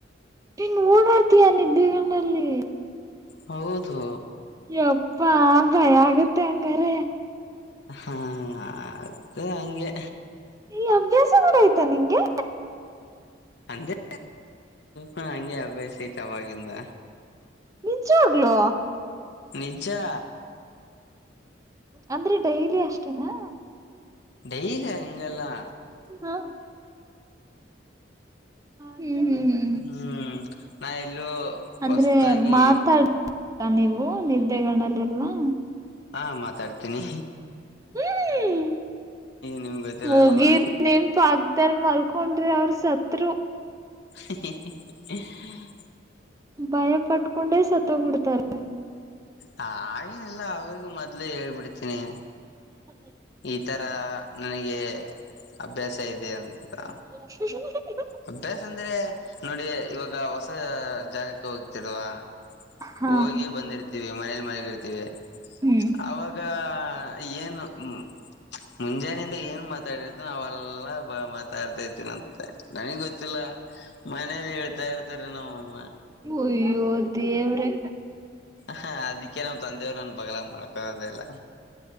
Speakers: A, on the right; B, on the left.
A: ನಿನ್ ಓಡಾಡುತ್ತಾ ನಿದ್ದೇಗನಲ್ಲಿ
B: ಹೌದು
A: ಯಪ್ಪಾ ಭಯ ಆಗುತ್ತೆ ಹಂಗಾರೆ
B: ಹಾ ಅದೇ ಹಂಗೆ
A: ಈ ಅಭ್ಯಾಸ ಕೂಡ ಐಯ್ತಾ ನಿಂಗೆ
B: ಅಂದ್ರೆ ಹಂಗೆ ಅಭ್ಯಾಸ ಐತೆ ಆವಾಗಿಂದ
A: ನಿಜವಾಗ್ಲೂ
B: ನಿಜಾ
A: ಅಂದ್ರೆ ಡೈಲಿ ಅಷ್ಟೇನಾ
B: ಡೈಲಿ ಹಂಗಲ್ಲಾ
A: ಹ ಹ್ಮ್ಮ್
B: ಹ್ಮ್ ನಾ ಎಲ್ಲೂ
A: ಅಂದ್ರೆ
B: ಹೊಸತಾಗಿ
A: ಮಾತಾಡ ನೀವು ನಿದ್ದೆಗಣ್ಣಲ್ಲಿ ಎಲ್ಲಾ
B: ಹಾ ಮಾತಾಡ್ತೀನಿ
A: ಹ್ಮ
B: ನಿಮ್ಗ್ ಗೊತ್ತಿಲ್ಲ
A: ಮುಗೀತು
B: ಅಲ್ವಾ
A: ನಿಮ್ದು ಪಕ್ಕದಲ್ಲಿ ಮಲ್ಕೊಂಡ್ರೆ ಅವ್ರ ಸತ್ರು
B: <inaudible> <inaudible>
A: ಭಯ ಪಟ್ಕೊಂಡೆ ಸತ್ತೋಗ್ಬಿಡ್ತಾರೆ
B: ಹಾಗೇನ್ ಇಲ್ಲ ಅವ್ರರಿಗು ಮೊದ್ಲೇ ಹೇಳ್ಬಿಡ್ತೀನಿ
A: ಹ <unintelligible>
B: ಈ ತರ ನನಗೆ ಅಭ್ಯಾಸ ಇದೆ ಅಂತಾ
A: <inaudible>
B: ಅಭ್ಯಾಸ ಅಂದ್ರೆ ನೋಡಿ ಇವಾಗ ಹೊಸ ಜಾಗಕ್ಕೆ ಹೋಗಿತರಲ್ವಾ
A: ಹಾ
B: ಹೋಗಿ ಬಂದಿರ್ತಿವಿ ಮನೇಲಿ ಮಲಗಿರ್ತಿವಿ
A: ಹ್ಮ್
B: ಅವಾಗ ಏನು ಹ್ಮ ಮುಂಜಾನೆಯಿಂದ ಏನ್ ಮಾತಾಡಿರ್ತೋ ಅವೆಲ್ಲಾ ಬ ಮಾತಾಡ್ತಾ ಇರ್ತೀನ ಅಂತ ನನಗ್ ಗೊತ್ತಿಲ್ಲ ಮನೇಲಿ ಹೇಳ್ತಾ ಇರ್ತಾರ ನಮ್ಮಮ್ಮ
A: ಒಯ್ಯೋ ದೇಮ್ರೆ
B: ಹ ಅದಿಕ್ಕೆ ನಮ್ಮ್ ತಂದೆಯವ್ರನ್ ಬಗಲಾಗೆ ಮಾಲ್ಕೋಳದೆಲ್ಲಾ